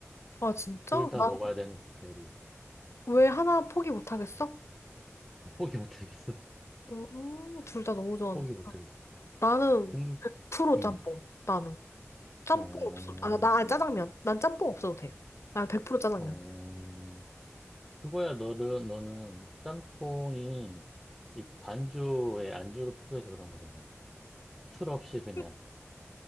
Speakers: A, on the left; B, in the centre.
A: 아, 진짜?
B: 둘 다
A: 나
B: 먹어야 되는 스타일이.
A: 왜 하나 포기 못하겠어?
B: 포기 못하겠어. <laughs>
A: 음, 둘 다 너무 좋아하는
B: 포기
A: 거.
B: 못하겠어.
A: 나는
B: 중,
A: 프로
B: 음,
A: 짬뽕. 나는 짬뽕
B: 어,
A: 없어. 아, 나 아니, 짜장면. 난 짬뽕 없어도 돼. 난 100% 짜장면.
B: 어, 그거야 너는 너는 짬뽕이 이 반주에 안주로 필요해서 그런 거잖아. 술 없이 그냥
A: <laughs>